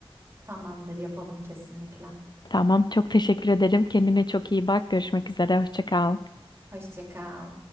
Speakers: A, on the right (about 25°); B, on the left (about 50°).
A: Tamamdır yapalım kesinlikle.
B: Tamam, çok teşekkür ederim. Kendine çok iyi bak. Görüşmek üzere. Hoşça kal.
A: Hoşça kal.